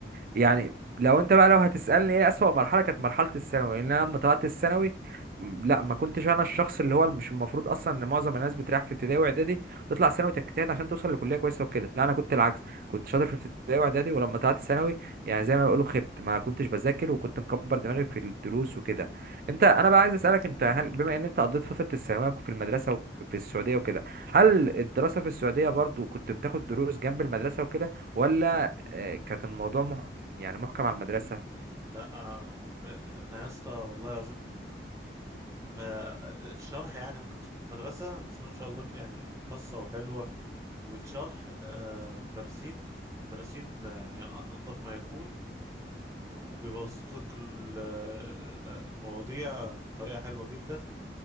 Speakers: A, on the right; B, on the right.
A: يعني لو انت بقى لو هتسألني ايه أسوأ مرحلة كانت مرحلة الثانوي لان انا لما طلعت الثانوي م- لا ما كنتش انا الشخص اللي هو مش المفروض اصلا ان معظم الناس بتريح في ابتدائي واعدادي تطلع ثانوي تجتهد عشان توصل لكلية كويسة وكده لا انا كنت العكس كنت شاطر في ابتدائي واعدادي ولما طلعت ثانوي يعني زي ما بيقولوا خبت ما كنتش بذاكر وكنت مكبر دماغي في الدروس وكده انت انا بقى عايز اسالك انت هل بما ان انت قضيت فتره الثانويه في المدرسه وفي السعوديه وكده هل الدراسه في السعوديه برضو كنت بتاخد دروس جنب المدرسه وكده ولا آه، كانت الموضوع مح... يعني محكم على المدرسة
B: لا انا انا يا اسطى والله العظيم آه، الشرح يعني انا كنت في مدرسه بسم الله ما شاء الله يعني خاصه وحلوه والشرح آه، مدرسين مدرسين يعني انظف ما يكون وبيبسط لك ال- آه، المواضيع بطريقه حلوه جدا